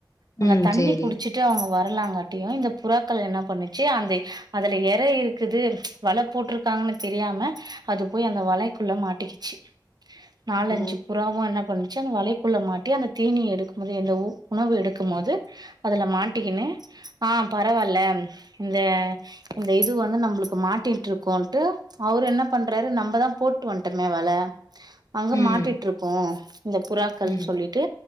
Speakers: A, on the right (about 55°); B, on the left (about 40°).
A: அங்க
B: ம்.
A: தண்ணி
B: சரி.
A: குடிச்சிட்டு அவ்ங்க வரலாங்காட்டியு இந்த புறாக்கள் என்ன பண்ணுச்சு அந்த அதுல எற இருக்குது வல போட்ரு காங்கனு தெரியாம அது போய் அந்த வலைக்குள்ள மாட்டிக்கிச்சி நாலஞ்சு
B: ஓ!
A: புறாவு என்ன பண்ணச்சு அந்த வலைக்குள்ள மாட்டி அந்த தீனி எடுக்குபோது எந்த உணவு எடுக்குபோது அதுல மாட்டிக்கினு ஆ பரவால்ல இந்த இந்த இது வந்து நம்மளுக்கு மாட்டிட்டு இருக்கோ ட்டு அவரு என்ன பண்றாரு நம்பதா போட்டு வன்ட்டமே வல அங்க
B: ம்,
A: மாட்டிட்டு இருக்கு இந்த புறாக்கள்னு
B: ம்,
A: சொல்லிட்டு